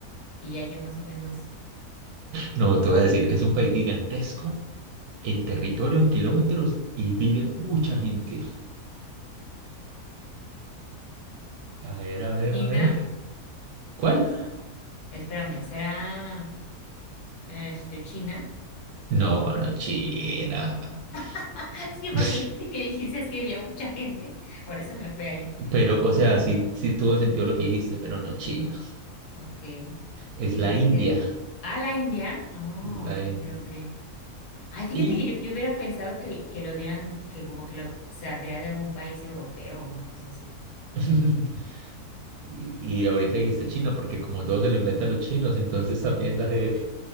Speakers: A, on the left (about 85°); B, on the right (about 80°).
A: y ya yo más o menos.
B: No, te voy a decir, es un país gigantesco en territorio, en kilómetros, y vive mucha gente. A ver, a ver,
A: China,
B: a ver. ¿Cuál?
A: espérame, ¿será este, China?
B: No, no China.
A: <laughs> Sí, porque
B: <laughs>
A: dijiste que dijiste es que había mucha gente, por eso me fui ahí,
B: Pero, o
A: ¿no?
B: sea, sí, sí tuvo sentido lo que dijiste, pero no China.
A: Ok.
B: Es
A: Este,
B: la India.
A: a la India. Oh,
B: Es la
A: ok,
B: India.
A: ok. Ay, fíjate
B: Y,
A: que yo, yo hubiera pensado que, que lo hubieran, que como que lo, se traía de algún país europeo o una cosa así.
B: <laughs> y, y ahorita dijiste China porque como todo se lo inventan los chinos, entonces también la gente...